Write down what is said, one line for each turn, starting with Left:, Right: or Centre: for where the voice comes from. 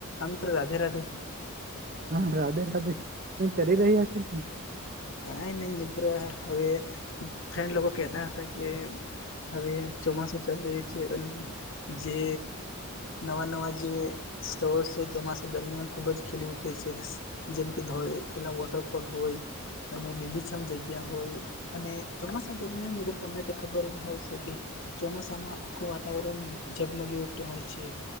Left: અંત્ર, રાધે રાધે.
Right: હા, રાધે રાધે. શું કરી રહ્યા છે?
Left: કાઈ નઈ મિત્ર આ હવે, ફ્રેન્ડ લોકો કેતા હતા કે હવે ચોમાસું ચાલી રહ્યું છે અને જે નવા નવા જે સ્થયો છે, ચોમાસા દરમિયાન ખુબ જ ખીલી ઉઠે છે. જેમ કે ધોય, પેલા વોટરફોલ હોય. અને લીલીછમ જગ્યા હોય અને ચોમાસા દરમિયાન મિરર તમને તો ખબર જ હોય છે કે ચોમાસામાં આખું વાતાવરણ ઝગમગી ઉતું હોય છે.